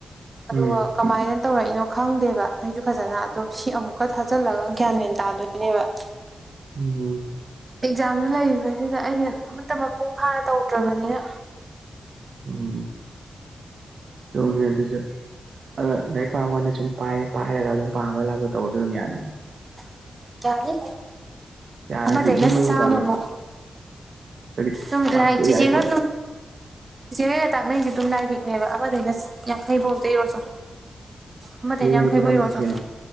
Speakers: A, on the right; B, on the right.
A: ꯑꯗꯨꯒ
B: ꯎꯝ
A: ꯀꯃꯥꯏꯅ ꯇꯧꯔꯛꯏꯅꯣ ꯈꯪꯗꯦꯕ ꯑꯩꯁꯨ ꯐꯖꯅ ꯑꯗꯣ ꯁꯤ ꯑꯃꯨꯛꯀ ꯊꯥꯖꯤꯜꯂꯒ ꯒ꯭ꯌꯥꯟ ꯃꯦꯟ ꯇꯥꯗꯣꯏꯅꯦꯕ
B: ꯎꯝ
A: ꯑꯦꯛꯖꯥꯝꯗꯨ ꯂꯩꯔꯤꯕꯁꯤꯗ ꯑꯩꯅ ꯑꯃ ꯃꯄꯨꯡ ꯐꯥꯅ ꯇꯧꯗ꯭ꯔꯕꯅꯤꯅ
B: ꯎꯝ ꯁꯨꯝꯃꯦ ꯑꯗꯨꯁꯨ ꯑ ꯂꯥꯏ ꯄꯥꯕꯅꯦ ꯁꯨꯝ ꯄꯥꯏ ꯄꯥꯏꯔꯒ ꯑꯗꯨꯝ ꯄꯥꯝꯃꯒ ꯂꯥꯛꯄ ꯇꯧꯔꯁꯨ ꯑꯗꯨꯝ ꯌꯥꯅꯤ
A: ꯎꯝ ꯌꯥꯅꯤ
B: ꯌꯥꯔ
A: ꯑꯃꯗꯩꯅ
B: ꯍꯥꯏꯗꯤ ꯁꯨꯝ ꯅꯪꯁꯨ
A: ꯆꯥꯝꯃꯕꯨ
B: ꯄꯥꯖꯔꯣ ꯍꯥꯏꯗꯤ
A: ꯎꯝ
B: ꯇꯥꯛꯁꯇꯣ
A: ꯂ ꯆ
B: ꯌꯥꯏꯀꯣ
A: ꯆꯦꯒ ꯆꯦꯔꯩꯒ ꯇꯥꯛꯅꯩꯁꯦ ꯑꯗꯨꯝ ꯂꯥꯏꯔꯤꯛꯅꯦꯕ ꯑꯃꯗꯩꯅ ꯌꯥꯡꯈꯩꯕꯣꯝ ꯇꯩꯔꯣꯁꯨ ꯑꯃꯅꯦ
B: ꯆꯦ
A: ꯌꯥꯝꯈꯩꯕꯨꯨꯏꯔꯣꯁꯨ
B: ꯍꯥꯏꯗꯤ ꯀꯔꯝꯕ ꯆꯦꯆꯦꯅꯣ